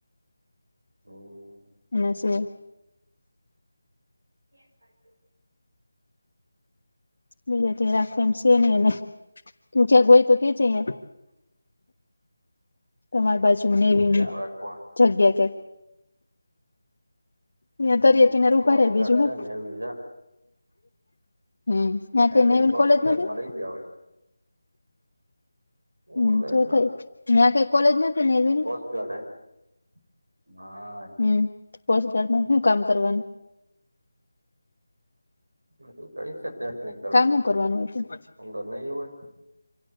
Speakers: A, on the right; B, on the left.
A: હમ <unintelligible>
B: એ છે.
A: એ <inaudible>
B: બીજા ત રાખે એમ છેે નહી એને તું ક્યાંક હોય તો કે છે. અ
A: હમ <unintelligible>
B: તમારી પાછુ મને એવી
A: ક્યાં રાખવા
B: જગ્યા કે
A: હમ
B: અહં દરિયા કિનારે
A: કોસ્ટ
B: ઉભા રહેે બીજું
A: ગાર્ડ છે
B: હ
A: નેવી છે
B: હમ -યા
A: નેવી
B: કઈ નવીન
A: કોસ્ટ
B: કોલેજ
A: ગાર્ડમાં
B: નથી?
A: રહી ગયા હોય
B: હમ
A: ઓલેડ
B: તો થઈ ત્યાં કઈ કોલેજ નથી ને એવી.
A: ડ હ <unintelligible>
B: હમ કોસ્ટગાર્ડમાં શું કામ કરવાનું?
A: બધું કરી છેત્યાટ નક,
B: કામ હું કરવાનું હોય
A: અ તો નહી હોય.